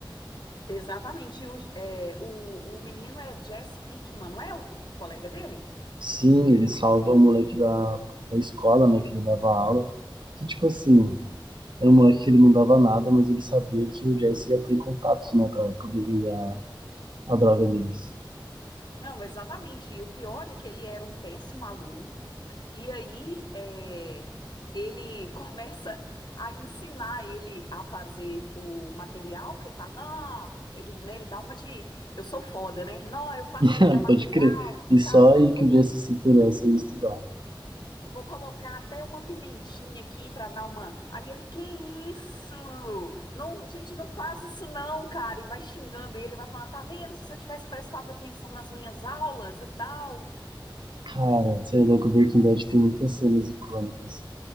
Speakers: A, on the left; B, on the right.
A: Exatamente. E O, é, o, o menino é Jesse Pinkman, não é o co- o colega dele?
B: Sim, ele salva o moleque da, da escola, né, que ele dava aula. Que, tipo assim, era um moleque que ele não dava nada, mas ele sabia que o Jesse ia ter contatos, né, pra poder vender a, a droga deles.
A: Não, exatamente. E o pior é que ele era um péssimo aluno, e aí é, ele <laughs> começa a ensinar ele a fazer o material, que ele fala, não, ele, né, ele dá uma de, eu sou foda, né? Não, eu faço
B: <laughs>
A: o melhor material,
B: Pode crer. E só
A: tal,
B: aí
A: vou,
B: que o
A: co-
B: Jesse se interessa em estudar.
A: vou colocar até uma pimentinha aqui para dar uma... Aí ele, que isso? Não, gente, não faz isso não, cara. E vai xingando ele, vai falando, tá vendo? Se você tivesse prestado atenção nas minhas aulas e tal...
B: Cara, você é louco, Breaking Bad tem muitas cenas icônicas.